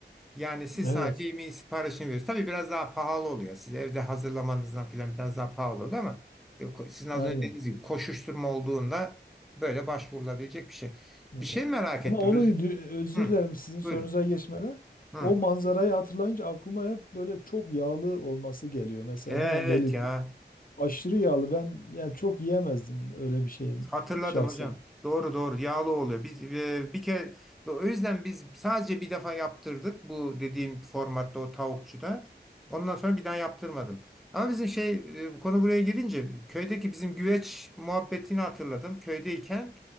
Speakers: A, in the centre; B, on the left.
A: Yani siz
B: Evet,
A: sadece yemeğin siparişini veriyorsunuz. Tabii biraz daha pahalı oluyor. Siz evde hazırlamanızdan filan biraz daha pahalı oluyor ama e, ko- sizin az
B: aynen.
A: önce dediğiniz gibi koşuşturma olduğunda böyle başvurulabilecek bir şey.
B: Evet.
A: Bir şey merak
B: Ama
A: ettim.
B: onu
A: Öz-
B: dü- özür
A: Hı,
B: dilerim sizin sorunuza
A: buyurun.
B: geçmeden.
A: Hı.
B: O manzarayı hatırlayınca aklıma hep böyle çok yağlı olması geliyor. Mesela
A: E, evet
B: hemen belirttim.
A: ya.
B: Aşırı yağlı. Ben yani çok yiyemezdim öyle bir şeyim
A: Hatırladım
B: şahsen.
A: hocam. Doğru doğru yağlı oluyor. Biz e, bir kere o yüzden biz sadece bir defa yaptırdık bu dediğim formatta o tavukçuda. Ondan sonra bir daha yaptırmadım. Ama bizim şey e, konu buraya girince köydeki bizim güveç muhabbetini hatırladım. Köydeyken